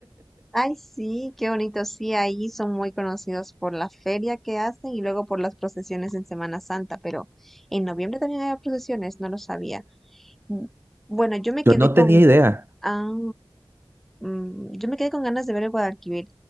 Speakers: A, in the centre; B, on the right (about 25°).
A: Ay, sí, qué bonito. Sí, ahí son muy conocidos por la feria que hacen y luego por las procesiones en Semana Santa, pero en noviembre también había procesiones, no lo sabía. Mm, Bueno, yo me
B: Yo
A: quedé
B: no
A: con...
B: tenía idea.
A: Ah, Mm, yo me quedé con ganas de ver el Guadalquivir,